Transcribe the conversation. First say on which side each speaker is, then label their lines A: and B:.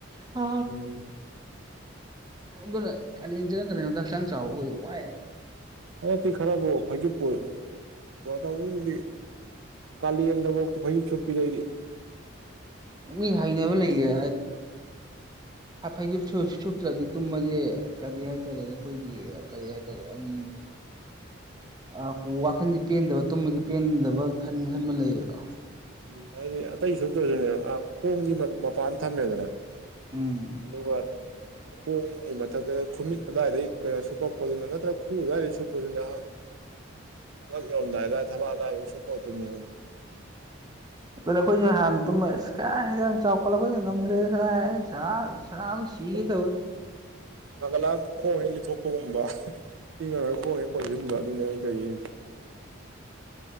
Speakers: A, on the right; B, on the right.
A: ꯀ
B: ꯎꯝ
A: ꯑꯗꯨꯅ ꯀꯥꯂꯦꯟ ꯆꯅ ꯀꯗꯣꯝꯗ ꯍꯛꯆꯥꯡ ꯆꯥꯎꯕꯈ ꯋꯥꯏꯦꯕ
B: ꯍ ꯈꯔ ꯐꯖꯤꯗꯤ ꯈꯂ ꯌꯦꯟꯗ ꯍꯇ ꯐꯩ ꯁꯄꯤꯗꯩꯗꯤ
A: ꯃꯤ ꯍꯅꯕ ꯂꯩꯌꯦ ꯍꯥꯏꯗꯤꯗꯨ ꯁꯨꯞꯇ꯭ꯔꯗꯤ ꯇꯨꯝꯃꯁꯦ ꯀꯔꯤ ꯍꯥꯏꯇꯥꯔꯦ ꯅꯈꯣꯏꯒꯤ ꯀꯔꯤ ꯍꯥꯏꯇꯥꯔꯦ ꯎꯝ ꯑ ꯋꯥꯈꯟꯁꯦ ꯄꯦꯟꯗꯕ ꯇꯨꯝꯕꯁꯤꯦ ꯄꯦꯟꯗꯕ ꯈꯟ ꯈꯟꯕ ꯂꯩꯌꯦꯕ
B: ꯎꯝ ꯍꯥꯏꯗꯤ ꯑꯇꯩ ꯁꯇꯧꯁꯨꯅꯦ ꯈꯣꯡꯗꯤ ꯃꯄꯥꯟ ꯊꯝꯃꯦꯗꯅ
A: ꯎꯝ
B: ꯑꯗꯨ ꯈꯣꯡꯒꯤ ꯃꯊꯛꯇ ꯈꯨꯃꯤꯠ ꯑꯗꯨꯋꯥꯏꯗꯩ ꯀꯩꯅꯣ ꯁꯨꯞꯄꯛꯄꯗꯨꯅ ꯅꯠꯇ꯭ꯔꯒ ꯈꯨ ꯑꯗꯨꯋꯥꯏꯗꯩ ꯁꯨꯞꯄꯗꯨꯅꯍ ꯂꯛ ꯌꯧꯝꯗꯥꯏꯗ ꯊꯕꯛ ꯑꯗꯨꯗꯥꯋꯥꯏ ꯑꯃꯨꯛ ꯁꯨꯞꯄꯣꯠꯇꯨꯝꯅꯦꯕꯅ
A: ꯑꯗꯨ ꯑꯩꯈꯣꯏꯁꯨꯦ ꯍꯥꯟꯅ ꯇꯨꯝ ꯏꯁ ꯀꯥꯏ ꯍ ꯆꯥꯎꯈꯠꯂꯛꯄꯣꯏ ꯉꯝꯗ꯭ꯔꯦ ꯀꯗꯥ ꯁꯥ ꯁꯥꯕ ꯁꯤꯒꯦ
B: ꯑꯗꯨꯝ
A: ꯇꯧꯋꯤ
B: ꯐꯒꯂꯥ ꯈꯣ ꯏ ꯂꯤ ꯊꯣꯛꯄꯒꯨꯝꯕ ꯏꯪꯉꯔꯒ ꯈꯣꯡꯉꯦ ꯈꯣꯟꯁꯤꯟꯕ ꯑꯗꯨꯅꯦ ꯑꯩꯅ ꯇꯧꯔꯤꯁꯦ ꯍꯖꯤꯛ